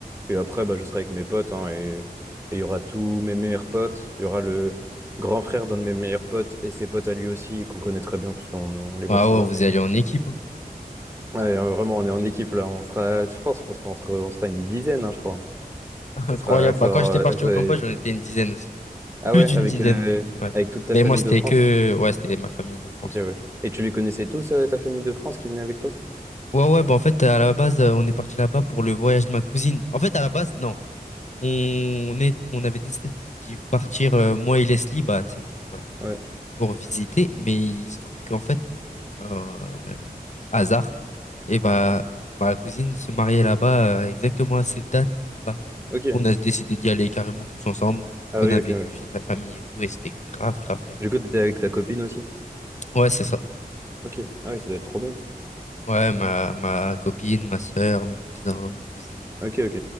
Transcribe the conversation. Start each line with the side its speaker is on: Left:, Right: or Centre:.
Right: Et après, bah, je serai avec mes potes, hein, et et il y aura tous mes meilleurs potes. Il y aura le grand frère d'un de mes meilleurs potes et ses potes à lui aussi, qu'on connaît très bien, puisqu'on on les
Left: Ah
Right: voit souvent.
Left: ouais, vous allez en équipe, hein.
Right: Ouais, euh, vraiment, on est en équipe là. On sera, je pense qu'on sera entre, on sera une dizaine, hein, je crois.
Left: <laughs> Incroyable.
Right: Ça sera, ça
Left: Bah,
Right: aura-
Left: quand j'étais parti
Right: ça-
Left: au Cambodge, on était une dizaine aussi.
Right: ah
Left: Plus
Right: ouais,
Left: d'une
Right: avec,
Left: dizaine.
Right: euh,
Left: Ouais.
Right: avec toute ta
Left: Mais
Right: famille
Left: moi, c'était
Right: de France.
Left: que, ouais, c'était ma famille de France.
Right: Ok, ouais. Et tu les connaissais tous, euh, ta famille de France qui venait avec toi?
Left: Ouais, ouais, ouais, bah en fait, à la base, euh, on est parti là-bas pour le voyage de ma cousine. En fait, à la base, non. On est, on avait décidé d'y partir, euh, moi et Leslie, bah, tu sais, pour, euh,
Right: Ouais.
Left: pour visiter. Mais il se trouve qu'en fait, euh, hasard, et bah, ma cousine se mariait là-bas, euh, exactement à cette date-là.
Right: Ok.
Left: Du coup, on a décidé d'y aller carrément tous ensemble.
Right: Ah
Left: On
Right: oui,
Left: a
Right: ok.
Left: vécu
Right: ouais.
Left: chez sa famille et tout, et c'était grave, grave bien.
Right: Du coup, t'étais avec ta copine aussi?
Left: Ouais, c'est ça.
Right: Ok. Ah oui, ça doit être trop bien.
Left: Ouais, ma, ma copine, ma sœur, mes cousins, mes cousines.
Right: Ok, ok.